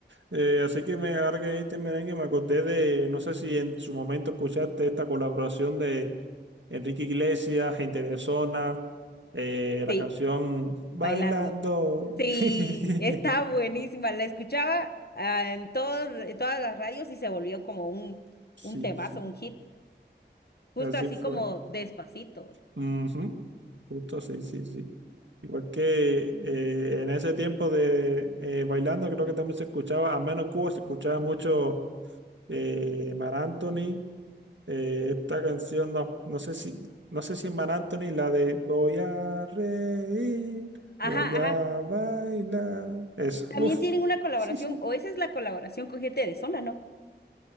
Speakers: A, on the right; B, on the left.
A: Eh, así que me ahora que dijiste merengue, me acordé de, no sé si en su momento escuchaste esta colaboración de Enrique Iglesias, Gente de Zona, eh, la
B: Sí.
A: canción
B: Bailando.
A: Bailando.
B: Sí,
A: <laughs>
B: está buenísima. La escuchaba ah, en todos, en todas las radios y se volvió como un,
A: Sí,
B: un temazo,
A: sí.
B: un hit, justo
A: Así
B: así
A: fue.
B: como Despacito.
A: Ujú. Justo sí sí, sí. Igual que eh, en ese tiempo de eh, bailando, creo que también se escuchaba, a menos Cuba, se escuchaba mucho eh, Mar Anthony Eh, esta canción, no, no sé si, no sé si es Mar Anthony, la de Voy a reír,
B: Ajá,
A: voy a
B: ajá.
A: bailar. Esa,
B: También
A: uff.
B: tienen una colaboración,
A: <laughs>
B: o esa es la colaboración con gente de zona, ¿no?